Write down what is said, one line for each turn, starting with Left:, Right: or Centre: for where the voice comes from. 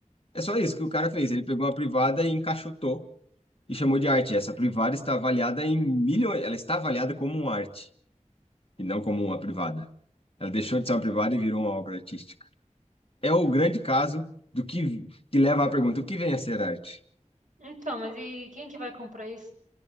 Left: é só isso que o cara fez. Ele pegou uma privada e encaixotou e chamou de arte. Essa privada está avaliada em milhões, ela está avaliada como uma arte e não como uma privada. Ela deixou de ser uma privada e virou uma obra artística é o grande caso do que, que leva à pergunta: o que vem a ser arte?
Right: Então, mas e quem que vai comprar isso?